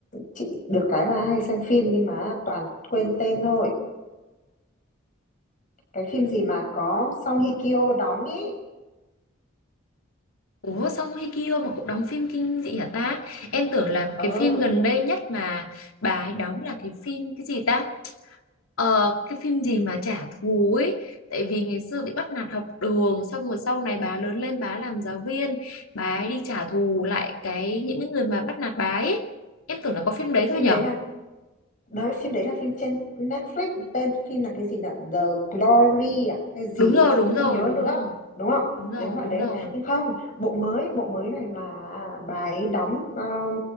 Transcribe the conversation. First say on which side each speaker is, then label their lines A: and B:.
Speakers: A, on the left; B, on the left.
A: chị được cái là hay xem phim nhưng mà toàn quên tên thôi cái phim gì mà có Song Hye Kyo đóng ý
B: Ủa xong hay kia mà cũng đóng phim kinh dị hả ta? Em tưởng là
A: ờ
B: cái phim gần đây nhất mà bà ấy đóng là cái phim cái gì ta? Ờ, cái phim gì mà trả thù ấy. Tại vì ngày xưa bị bắt nạt học đường xong rồi sau này bà lớn lên bà làm giáo viên. Bà ấy đi trả thù lại cái những cái người mà bắt nạt bà ấy. Em tưởng là có phim đấy thôi
A: phim
B: nhở?
A: đấy là Đấy, phim đấy là phim trên Netflix, tên phim là cái gì nhở? The Glory à hay gì
B: Đúng rồi,
A: ấy, chị
B: đúng
A: cũng không
B: rồi,
A: nhớ
B: đúng
A: nữa,
B: rồi,
A: đúng không?
B: đúng rồi,
A: Đúng gọi
B: đúng
A: đấy
B: rồi.
A: không? Nhưng không, bộ mới, bộ mới này là bà ấy đóng um,